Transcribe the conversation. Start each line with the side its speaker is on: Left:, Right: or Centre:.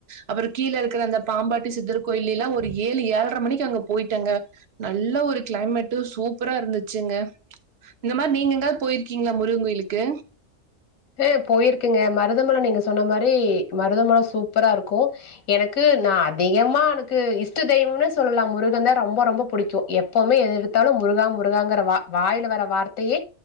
Right: அப்புறோ கீழே இருக்கிற அந்த பாம்பாட்டி சித்தர் கோயிலேலாமக்ஷ ஒரு ஏழு ஏழரை மணிக்கு அங்க போயிட்டங்க நல்ல ஒரு கிளைமேட்டு சூப்பரா இருந்துச்சுங்க இந்த மாரி நீங்க எங்காவது போயிருக்கீங்களா முருக கோயிலுக்கு
Left: ம் போயிருக்கங்க மருதமல நீங்க சொன்ன மாரி மருதமல சூப்பரா இருக்கோ எனக்கு நா அதிகமா எனக்கு இஷ்ட தெய்வம்னு சொல்லலா முருகன் தா ரொம்ப ரொம்ப புடிக்கோ எப் எப்பவுமே எத எடுத்தாலு முருகா முருகாங்கிற வா வாயில வர வார்த்தையே